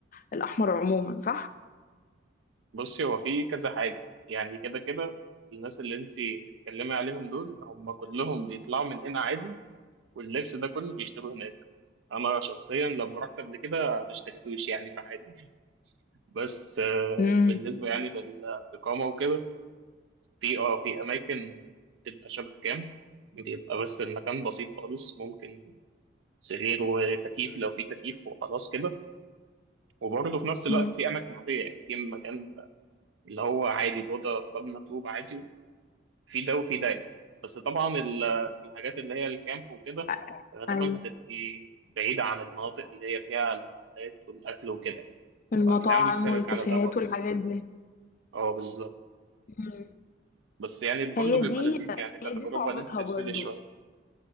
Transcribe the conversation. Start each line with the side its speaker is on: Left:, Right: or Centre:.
Left: الأحمر عموما صح؟
Right: بصي هو في كذا حاجة يعني كده كده الناس اللي انت بتتكلمي عليهم دول هم كلهم بيطلعوا من هنا عادي واللبس ده كله بيشتروه هناك انا شخصيا لما رحت قبل كده ما اشتريتوش يعني فعادي بس آه،
Left: امم
Right: بالنسبة يعني للإقامة وكده في اه في أماكن بتبقى شبه كام بيبقى بس المكان بسيط خالص ممكن سرير وتكييف لو في تكييف وخلاص كده وبرضه في نفس الوقت
Left: امم
Right: في أماكن عادية يعني في مكان اللي هو عادي أوضة مبنى طوب عادي في ده وفي ده يعني بس طبعا ال- الحاجات اللي هي الكامب وكده
Left: أ-
Right: غالبا
Left: أيوة
Right: هتبقي بعيدة عن المناطق اللي هي فيها المحلات والأكل وكده يعني
Left: المطاعم
Right: فهتبقي عامل حسابك
Left: والكافيهات
Right: على ده برضه
Left: والحاجات دي
Right: اه بالظبط
Left: مم.
Right: بس يعني برضه
Left: هي
Right: بيبقى
Left: دي
Right: لذيذ يعني كتجربة
Left: هي دي صعوبتها
Right: إن أنت تفصلي
Left: برضو
Right: شوية